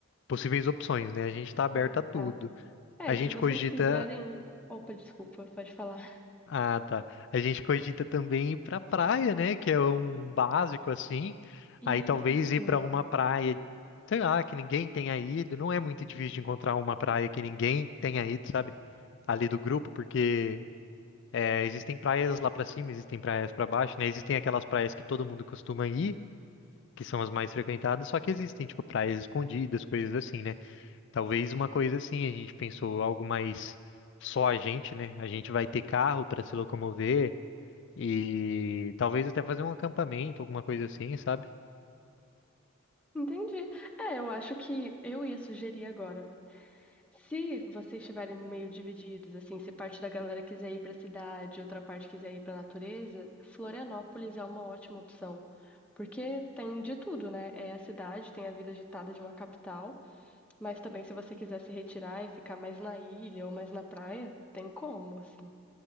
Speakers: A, on the left; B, in the centre.
A: possíveis opções, né? A gente está aberto
B: Ah,
A: a tudo.
B: tá. É,
A: A gente
B: se vocês
A: cogita
B: quiserem. Opa, desculpa, pode falar.
A: Ah, tá. A gente cogita também ir pra praia, né? Que é um básico assim.
B: Isso.
A: Aí talvez ir pra uma praia, sei lá, que ninguém tenha ido. Não é muito difícil de encontrar uma praia que ninguém tenha ido, sabe? Ali do grupo, porque é, existem praias lá pra cima, existem praias pra baixo, né? Existem aquelas praias que todo mundo costuma ir, que são as mais frequentadas, só que existem, tipo, praias escondidas, coisas assim, né? Talvez uma coisa assim, a gente pensou algo mais só a gente, né? A gente vai ter carro pra se locomover. E talvez até fazer um acampamento, alguma coisa assim, sabe?
B: Entendi. É, eu acho que eu ia sugerir agora. Se vocês estiverem meio divididos, assim, se parte da galera quiser ir pra cidade, outra parte quiser ir pra natureza, Florianópolis é uma ótima opção. Porque tem de tudo, né? É a cidade, tem a vida agitada de uma capital. Mas também, se você quiser se retirar e ficar mais na ilha ou mais na praia, tem como, assim.